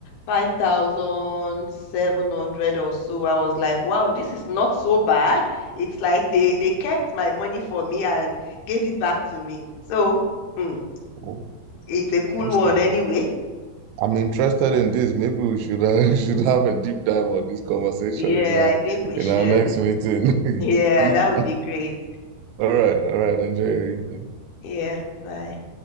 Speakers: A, on the left (about 70°); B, on the right (about 80°).
A: 5,700 or so. I was like, wow, this is not so bad. It's like they, they kept my money for me and gave it back to me. So, mm,
B: Oh,
A: it's a cool
B: interesting.
A: one anyway.
B: I'm interested in this. Maybe we should uh, <laughs> we should have a deep dive on this conversation
A: Yeah,
B: in our
A: I think we
B: in
A: should.
B: our next meeting.
A: Yeah,
B: <laughs> You
A: that would be great.
B: all right, all right, enjoy your evening.
A: Yeah, bye.